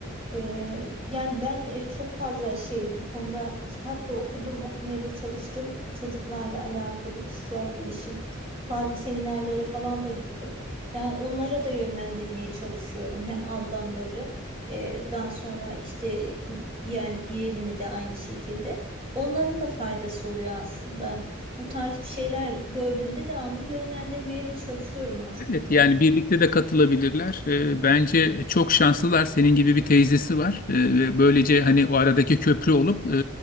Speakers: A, on the right; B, on the left.
A: Ee, yani ben e, çok fazla şey bu konuda kitap da okudum, okumaya da çalıştım. Çocuklarla alakalı kişisel gelişim, bazı seminerlere falan da gittim. Yani onlara da yönlendirmeye çalışıyorum. Hem ablamları, e, daha sonra işte y- yeğen, yeğenimi de aynı şekilde. Onların da faydası oluyor aslında bu tarz bir şeyler gördüğümde devamlı yönlendirmeye de çalışıyorum aslında.
B: Evet yani birlikte de katılabilirler. Ee, bence çok şanslılar. Senin gibi bir teyzesi var. Ee, ve böylece hani o aradaki köprü olup e,